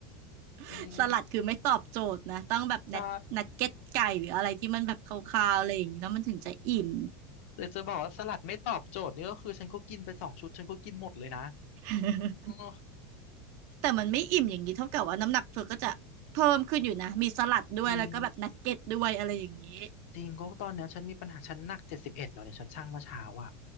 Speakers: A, on the right; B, on the left.
A: <laughs>
B: อืม
A: สลัดคือไม่ตอบโจทย์นะต้องแบบนัดนัดเก็ตไก่หรืออะไรที่มันแบบคาวๆอะไรอย่างงี้เนาะมันถึงจะอิ่ม
B: ใช่แต่จะบอกว่าสลัดไม่ตอบโจทย์นี่ก็คือฉันก็กินไปสองชุดฉันก็กินหมดเลยนะ
A: <laughs>
B: อ๋อ
A: แต่มันไม่อิ่มอย่างนี้เท่ากับว่าน้ำหนักเธอก็จะเพิ่มขึ้นอยู่นะมีสลัดด้วยแล้วก็แบบนักเก็ตด้วยอะไรอย่างนี้
B: จริงจริงก็ตอนเนี้ยฉันมีปัญหาฉันหนักเจ็ดสิบเอ็ดแล้วเนี่ยฉันชั่งเมื่อเช้าอ่ะ